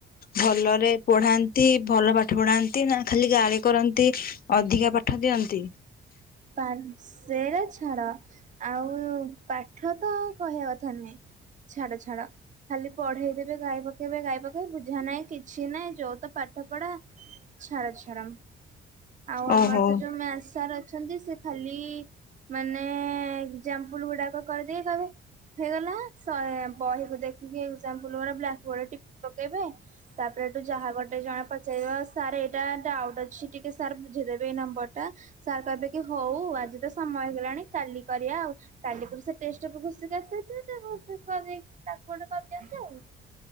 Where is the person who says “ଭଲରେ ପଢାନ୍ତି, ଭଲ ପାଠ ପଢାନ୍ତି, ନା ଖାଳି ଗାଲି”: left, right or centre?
Left